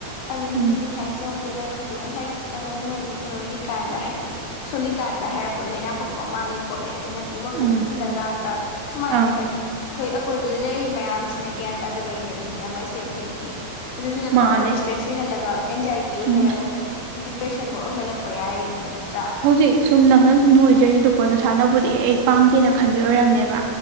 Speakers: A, on the left; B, on the right.
A: ꯑꯗꯨꯗꯤ
B: ꯎꯝ
A: ꯃꯤ ꯍꯥꯏꯁꯦ ꯑꯃꯨ ꯄꯦꯟꯅꯗꯕꯗꯣ ꯉꯁꯥꯏ ꯅꯪꯅ ꯅꯣꯏ ꯅꯣꯏꯔꯤꯀꯥꯟꯗ ꯍꯥꯏꯗꯤ ꯁꯣꯂꯤꯀꯥꯟꯗ ꯍꯥꯏꯔꯛꯄꯗꯣ ꯂꯥꯏꯅꯥ ꯄꯛꯄ ꯃꯥꯜꯂꯦ ꯈꯣꯠꯂꯦ ꯑꯗꯩ ꯅꯪꯒꯤ ꯋꯥꯈꯜ
B: ꯎꯝ
A: ꯑꯃ ꯁꯤꯟꯂꯒ ꯂꯥꯛꯇ꯭ꯔꯥ ꯁꯨꯃꯥꯏꯅꯅꯦ
B: ꯑꯪ
A: ꯍꯥꯏꯗꯤ ꯑꯩꯈꯣꯏ ꯑꯀꯣꯏꯕꯗ ꯂꯩꯔꯤꯕ ꯃꯌꯥꯝꯁꯤꯅ ꯒ꯭ꯌꯥꯟ ꯇꯥꯗꯕꯩꯅꯦ ꯃꯤ ꯑꯃꯁꯦ ꯑꯩꯈꯣꯏꯒꯤ ꯑꯗꯨꯗꯨꯅ
B: ꯃꯥꯅꯦ
A: ꯄꯨꯔꯥ ꯑꯩꯈꯣꯏ ꯏꯁꯇ꯭ꯔꯦꯁ ꯂꯩꯍꯜꯂꯒ ꯑꯦꯟꯖꯥꯏꯇꯤ ꯑꯣꯏꯍꯜꯂꯒ
B: ꯎꯝ
A: ꯗꯤꯄ꯭ꯔꯦꯁꯟꯕꯨ ꯑꯣꯏꯍꯜꯂꯛꯄ ꯌꯥꯔꯤꯅꯦꯕ ꯅꯠꯇ꯭ꯔꯥ
B: ꯍꯧꯖꯤꯛ ꯁꯨꯝ ꯅꯪꯅ ꯅꯣꯏꯖꯔꯤꯗꯨꯣ ꯀꯣꯟꯅ ꯁꯥꯟꯅꯕꯨꯗꯤ ꯑꯩ ꯄꯥꯝꯗꯦꯅ ꯈꯟꯕ ꯑꯣꯏꯔꯝꯅꯦꯕ